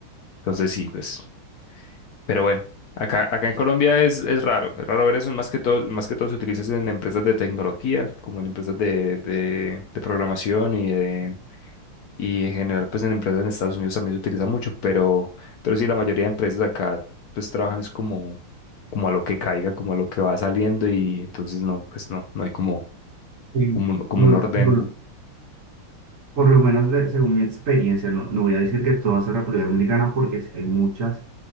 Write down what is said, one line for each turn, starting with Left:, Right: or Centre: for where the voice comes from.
Left: entonces sí, pues. Pero bueno, acá, acá en Colombia es, es raro, es raro ver eso, más que todo, más que todo se utiliza en empresas de tecnología, como en empresas de, de, de programación y de- y en general pues en empresas en Estados Unidos también se utiliza mucho, pero, pero sí la mayoría de empresas acá pues trabajan es como, como a lo que caiga, como a lo que va saliendo y entonces no, pues no, no hay como,
Right: Sí.
Left: como, un, como
Right: Me-
Left: un orden.
Right: Bueno, por lo menos de- según mi experiencia, no, no voy a decir que todas en República Dominicana porque sí hay muchas